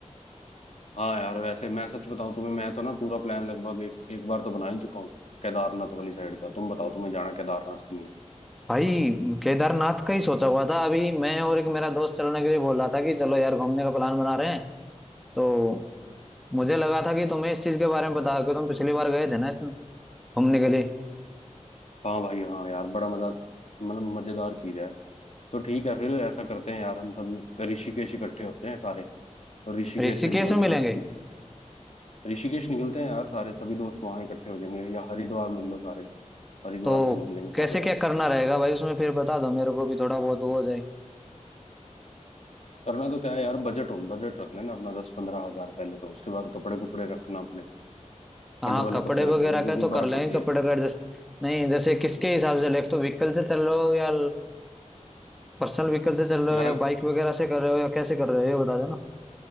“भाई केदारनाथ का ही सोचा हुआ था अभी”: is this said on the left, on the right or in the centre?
Centre